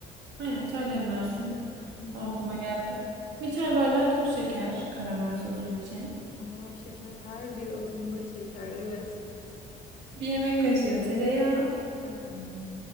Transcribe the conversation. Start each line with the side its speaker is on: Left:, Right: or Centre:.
Right: aynen çay demlersin.
Left: Hı hı.
Right: O aklıma geldi. Bir çay bardağı toz şeker karamel sosu için.
Left: Allah şeker. Her bir adımda şeker evet.
Right: Bir yemek kaşığı tereyağı,
Left: Hı hı.